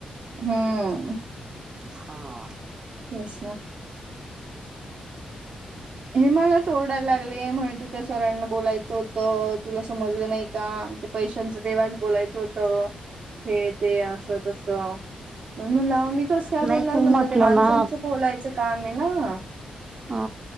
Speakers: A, on the right; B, on the right.
A: हम्म
B: हा
A: तेच ना. हे मला ओरडायला लागले म्हण त. त्या सरांना बोलायचं होतं तुला समजलं नाही का ते पैशांचं तेव्हाच बोलायचं होतं. हे ते असं तस. मण म्हणलं मी कस काय बोलणार
B: नाही तू
A: म्हणलं,
B: म्हटलं
A: ते माणसांचं
B: ना
A: बोलायचं काम आहे ना.
B: हा